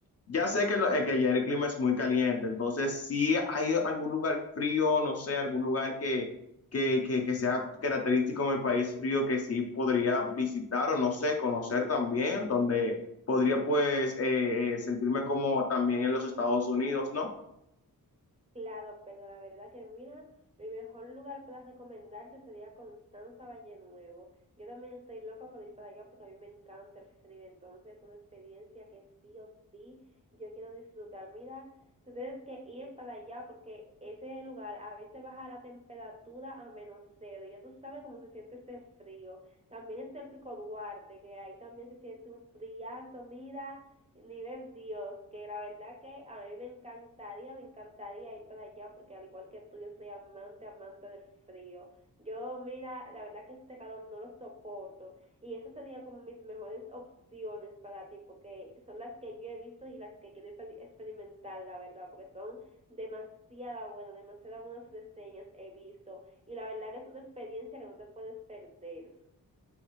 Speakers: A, on the left; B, on the right.
A: ya sé que, lo- eh, que ya el clima es muy caliente, entonces si hay algún lugar frío, no sé, algún lugar que, que, que, que sea característico de mi país frío que sí podría visitar o no sé, conocer también, donde podría pues eh, eh, sentirme como también en los Estados Unidos, ¿no?
B: Claro, pero la verdad que mira, mi mejor lugar para recomendarte sería Constanza Valle Nuevo. Yo también estoy loca por ir para allá porque a mí me encanta el frío, entonces es una experiencia que sí o sí yo quiero disfrutar. Mira, tú tienes que ir para allá porque ese lugar a veces baja la temperatura a menos cero y ya tú sabes cómo se siente ese frío. También está el Pico Duarte, que ahí también se siente un friazo, mira nivel Dios, que la verdad que a mí me encantaría, me encantaría ir para allá, porque al igual que tú, yo soy amante, amante del frío. Yo, mira, la verdad que este calor no lo soporto. Y esas serían como mis mejores opciones para ti, porque son las que yo he visto y las que quiero experimentar, la verdad, porque son demasiada buenas, demasiadas buenas reseñas he visto. Y la verdad que es una experiencia que no te puedes perder.